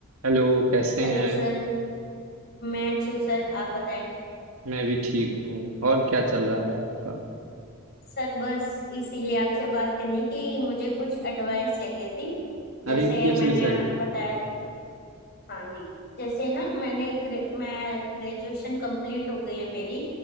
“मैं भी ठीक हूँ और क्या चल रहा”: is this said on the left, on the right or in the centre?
Right